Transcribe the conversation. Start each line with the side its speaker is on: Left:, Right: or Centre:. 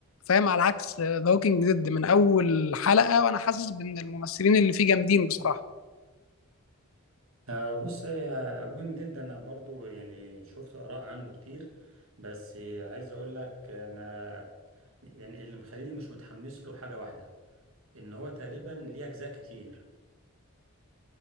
Left: فاهم على عكس ذا ووكينج ديد من اول حلقه وانا حاسس بان الممثلين اللي فيه جامدين بصراحه
Right: آه، بص يا ووكينج ديد انا برضو يعني شفت اراء عنه كتير بس عايز اقول لك انا يعني اللي مخليني مش متحمس له حاجة واحدة ان هو تقريبا ليه اجزاء كتير